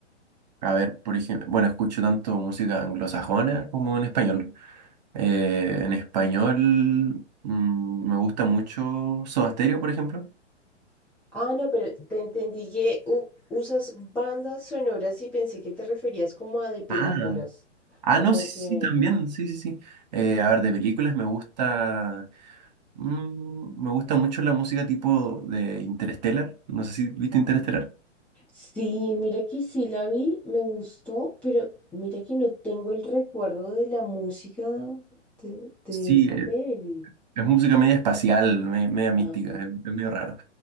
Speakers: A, on the right (about 35°); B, in the centre.
A: A ver, por ejemplo, bueno, escucho tanto música anglosajona como en español. Eh, en español mm, me gusta mucho Soda Stereo, por ejemplo.
B: Ah, no, pero te entendí que u- usas bandas sonoras y pensé que te referías como a de películas.
A: Ah, ah,
B: Como
A: no, sí,
B: que...
A: sí, sí, también, sí, sí, sí. Eh, a ver, de películas me gusta Mm, me gusta mucho la música tipo de Interstellar. No sé si viste Interstellar.
B: Sí, mira que sí la vi, me gustó, pero mira que no tengo el recuerdo de la música de, de
A: Sí,
B: esa
A: eh,
B: peli.
A: es música media espacial, me- media mística,
B: Ajá.
A: es, es medio raro.